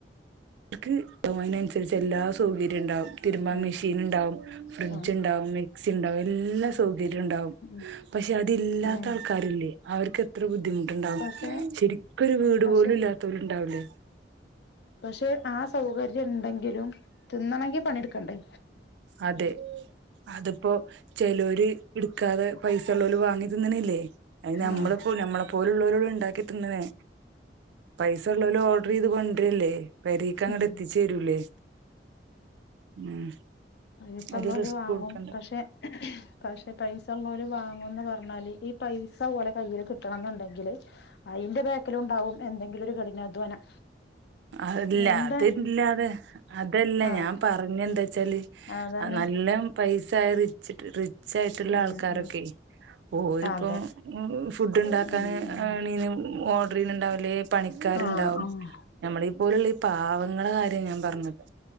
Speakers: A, on the right; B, on the left.
A: അവർക്ക് അയ്നനുസരിച്ച് എല്ലാ സൗകര്യിണ്ടാവും തിരുമ്പ
B: ഉം
A: മെഷീൻ ണ്ടാവും ഫ്രിഡ്ജ്
B: ഉം
A: ണ്ടാവും മിക്സി ണ്ടാവും എല്ലാ സൗകര്യവും ണ്ടാവും
B: ഉം
A: പക്ഷെ അതില്ലാത്ത
B: ഉം
A: ആൾക്കാരില്ലേ അവർക്ക് എത്ര ബുദ്ധി ട്ട് ണ്ടാവും
B: പക്ഷെ
A: ശരിക്കൊരു വീട്
B: പക്ഷെ
A: പോലും ഇല്ലാത്തവലും ഉണ്ടാവൂലേ
B: പക്ഷെ ആ സൗകര്യം ണ്ടെങ്കിലും തിന്നണെങ്കി പണിയെടുക്കണ്ടേ
A: അതെ അതിപ്പോചിലൂര് ഇടു ക്കാതെ പൈസ ഉള്ളോല് വാ ണ്ണി തിന്നണില്ലേ അ നമ്മള
B: ആഹ്
A: നമ്മളെ പോലുള്ളവരോ ഉണ്ടാക്കി തിന്നണെ പൈസ ഉള്ളോല് ഓർഡർ ചെയ്ത് കൊണ്ടരല്ലേ പെരേക്കങ്ങ്ട്
B: ഉം
A: എത്തിച്ചരൂലേ ഉം
B: പൈസള്ളോല്
A: ഒരു റിസ്ക്
B: വാങ്ങും
A: കൊടുക്കണ്ട
B: പക്ഷെ പക്ഷെ പൈസ ഉള്ളവര് വ ങ്ങന്ന് പറഞ്ഞാല് ഈ പൈസ പോലെ കയ്യില്കിട്ടണം എന്നുണ്ടെങ്കില് അയിന്റെ ബേക്കിലുണ്ടാവും എന്തെങ്കിലും ഒരു കഠിനാധ്വാനം
A: അല്ല
B: എന്താ
A: അതില്ലാതെ അതല്ല
B: ആഹ്
A: ഞാൻ പറഞ്ഞെന്താ ച്ചല്
B: അതന്നെ
A: നല്ലം പൈസയറി ച്ച്ട്ട് ട്ട് ച്ചായിട്ടുള്ള
B: ഉം
A: ആൾക്കാരൊക്കെ
B: ഉം
A: ഓരിപ്പോം
B: അതെ
A: ഫുഡ് ഉണ്ടാക്കാന്
B: ഉം ഉം
A: ആണീന് ഓർഡർ ചെയ്യ്ണ്ടാവും ല്ലെ പണിക്കാര്ണ്ടാവും
B: ആഹ് ആഹ്
A: നമ്മളീ പോലുള്ള ഈ പാവങ്ങള കാര്യം ഞാൻ പറഞ്ഞത്